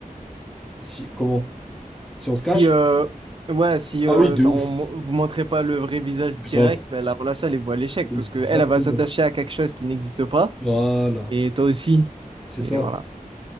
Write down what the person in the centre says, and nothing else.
Si, comment? Si on se cache?
Ah
oui, de
ouf,
grave.
Exactement.
Voilà,
c'est
ça.